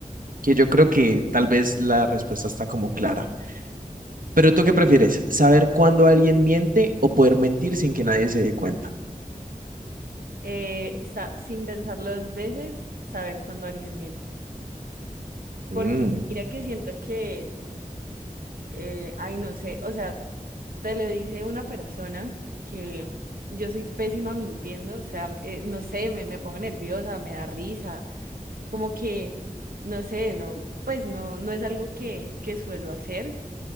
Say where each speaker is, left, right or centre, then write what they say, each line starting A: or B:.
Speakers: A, on the right; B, on the right.
A: que yo creo que tal vez la respuesta está como clara. Pero ¿tú qué prefieres? ¿Saber cuándo alguien miente o poder mentir sin que nadie se dé cuenta?
B: Eh, sa- sin pensarlo dos veces, saber cuando alguien miente.
A: Mm,
B: Porque mira que siento que, eh, ay, no sé, o sea, Te lo dice una persona que yo soy pésima mintiendo, o sea, eh, no sé, me, me pongo nerviosa, me da risa, como que, no sé, no, pues no, no es algo que, que suelo hacer